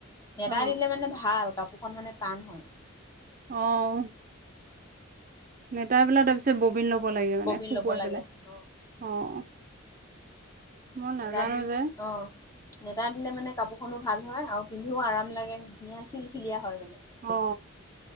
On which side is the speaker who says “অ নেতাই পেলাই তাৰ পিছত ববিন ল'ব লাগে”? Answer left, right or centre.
Right